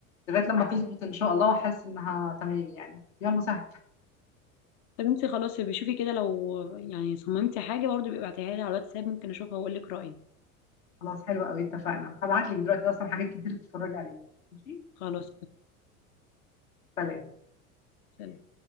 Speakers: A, on the left; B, on the left.
A: لغايه لما تظبط ان شاء الله واحس انها تمام يعني يا مسهل
B: طب انت خلاص بشوفي كده لو يعني صممتي حاجة برضه بيبقى ابعتيها لي على الواتساب ممكن اشوفها واقول لك رأيي
A: خلاص حلو قوي اتفقنا هبعت لك دلوقتي اصلا حاجات كتير تتفرجي عليها ماشي
B: خلاص
A: سلام
B: سلام